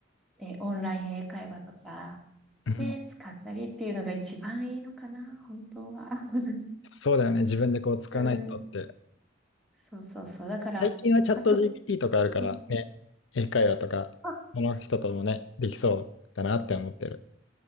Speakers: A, in the centre; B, on the left.
A: え、オンライン英会話とか
B: うん
A: で使ったりっていうのが一番いいのかな、本当は。<laughs>
B: そうだよね、自分でこう使わないとって。
A: うん、そうそうそう。だから、
B: 最近はチャット
A: まあ、そ、
B: GPT とかあるからね、
A: うん
B: 英会話とか、
A: あ、
B: その人ともね、できそうだなって思ってる。